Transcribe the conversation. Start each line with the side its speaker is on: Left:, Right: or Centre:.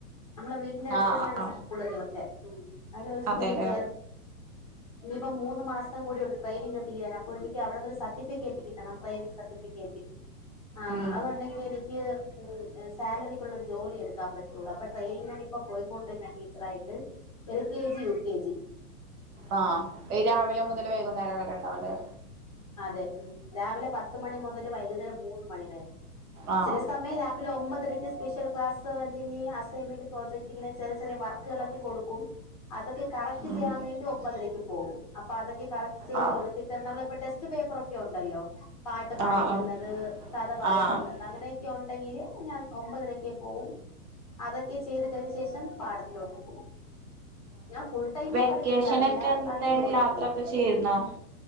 Left: നമ്മളെ വീട്ടിന്റെ അടുത്ത്
Right: ആ
Left: തന്നെയാണ്
Right: ആ
Left: സ്കൂളുകളൾൊക്കെ അന ഒരു സ്കൂളിൽ
Right: അതെല്ലേ
Left: ക ഇപ്പ മൂന്ന് മാസം കൂടിണ്ട് ട്രെയിനിങ് തീരാൻ അപ്പോ എനിക്ക് അവിടുന്ന് ഒരു സർട്ടിഫിക്കറ്റ് കിട്ടണം ട്രെനി സർട്ടിഫിക്കറ്റ് ആഹ
Right: ഉം
Left: അതുൊണ്ടെങ്കിൽ എനിക്ക് സാലറിക്കുള്ള ഒരു ജോലി എടുക്കാ പറ്റുള്ളൂ അപ്പൊ ട്രെനിങ് ഇപ്പോൊ പോയിൊണ്ടിരുന്ന ടീച്ചറായിട്ട് എൽ കെ ജി ഉ കെജി
Right: ആഹ ഈ രാവിലെ മുതൽ വൈകുന്നേരം വരെണ്ടാവല്ലേ
Left: അതെ ഉ രാവിലെ പത്ത മണി മുതൽ വൈകുന്നേരം മൂന്ന് മണിവ വരെ
Right: ആ
Left: ചില സമയം രാവിലെ ഒമ്പതര സ്പെഷ്യൽ ക്ലാസ് എന്തെങ്ക അസൈൻമെന്റ് പ്രോജക്ട് ഇങ്ങനെ ചെറ ചെറിയ വർക്കുകളൊക്കെ കൊക്കും അതൊക്കെ കറക്റ്റ്
Right: ഉം
Left: ചെയ്യാൻ വേണ്ടി ഒമ്പരക്ക് പോവുംും അപ്പൊ അതൊെ കറക്റ്റ് ചെയ്ത്
Right: ആ
Left: കൊടുത്തിട്ട നമ്മള പേപ്പർൊക്കെ ഉണ്ടല്ലോ പാട്ട് പാടിക്കുന്നത്
Right: ആ ആ
Left: കഥ പറക്കുന്നത്
Right: ആ ആ
Left: അങ്ങനെയൊക്കെ ചടെങ്കിലേ ഞാൻ ഒമ്പതരക്കെ പോവും അതൊക്കെ ചെയ്ത് കഴിഞ്ഞ ശേഷം പാടത്തിലോട്ട് പോയി ഞാൻ ഫുൾ ടൈമ
Right: വെക്കേഷനൊക്കെ
Left: പഠിപ്പിക്കാറില്ല
Right: എന്താ
Left: കളിയിലൂടെക്ക്
Right: യാത്രൊക്കെ ചെയ്തിരുന്നോ